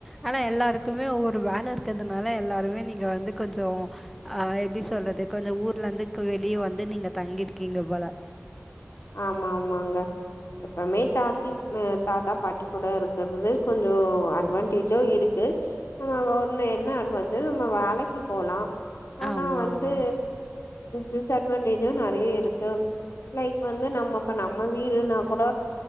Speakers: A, in the centre; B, on the left.
A: ஆனா எல்லாருக்குமே ஒவ்வொரு வேலருக் கிறதுனால எல்லாருமே நீங்க வந்து கொஞ்சோ ஹ எப்டி சொல்றது கொஞ்சோ ஊர்ல இருந்து வெளியே வந்து நீங்க தங்கிருக்கீங்க போல
B: ஆமா ஆமாங்க எப்பமே தாத்தி் தாத்தா பாட்டி கூட இருக்கறது கொஞ்சோ அட்வான்டேஜ்ஜு இருக்கு நம்ம ஒன்னு என்ன அட்வான்டோஜ் நம்ம வேலைக்கு போலா ஆனா
A: ஆமாம்
B: வந்து டிஸ்அட்வான்டேஜு நெறைய இருக்கு லைக் வந்து நம்மப்ப நம்ம வீடுனா கூட